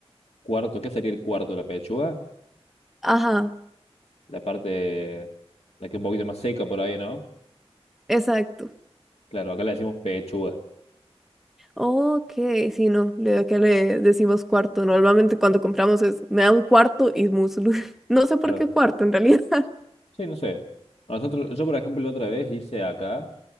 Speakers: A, on the left; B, in the centre.
A: ¿Cuarto? ¿Qué sería el cuarto? ¿La pechuga?
B: Ajá,
A: La parte, la que es un poquito más seca por ahí, ¿no?
B: exacto.
A: Claro, acá le decimos pechuga.
B: Ok, sí, no, le- acá le decimos cuarto. Normalmente cuando compramos es, me da un cuarto y muslo. <laughs> No sé por
A: Claro.
B: qué cuarto en realidad. <laughs>
A: Sí, no sé. Nosotros, yo, por ejemplo, la otra vez hice acá,